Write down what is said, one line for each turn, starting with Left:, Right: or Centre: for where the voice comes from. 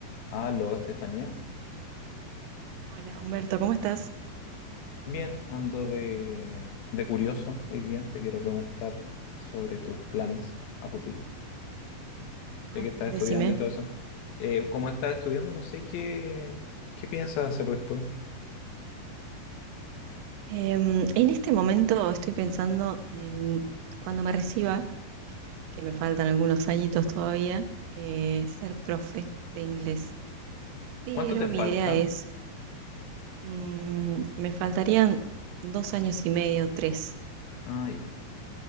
Left: Aló, Estefanía.
Right: Hola, Humberto, ¿cómo estás?
Left: Bien, ando de, de curioso hoy día. Te quiero preguntar sobre tus planes a futuro, ya
Right: Ah,
Left: que estás
Right: decime.
Left: estudiando y todo eso. Eh, como estás estudiando, no sé qué, qué piensas hacer después.
Right: Em, en este momento estoy pensando en cuando me reciba, que me faltan algunos añitos todavía, eh, ser profe de inglés. Pero
Left: ¿Cuánto te falta?
Right: mi idea es, mm, me faltarían dos años y medio, tres.
Left: Ah, ya.